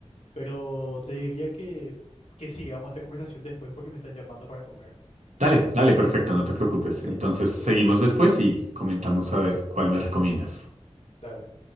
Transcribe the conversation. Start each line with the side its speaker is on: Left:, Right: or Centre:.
Left: Pero te diría que, que sigamos esta conversación después porque me están llamando para comer.
Right: Dale, dale, perfecto, no te preocupes.
Left: ¿Sí?
Right: Entonces
Left: Ok,
Right: seguimos después y comentamos a ver cuál me recomiendas.
Left: dale.